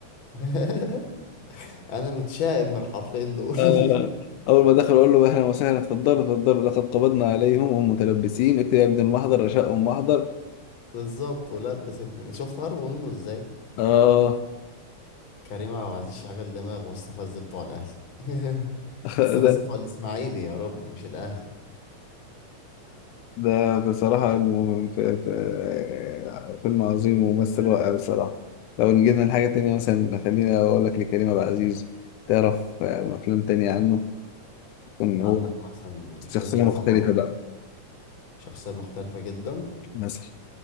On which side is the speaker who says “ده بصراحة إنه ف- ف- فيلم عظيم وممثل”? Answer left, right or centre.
Left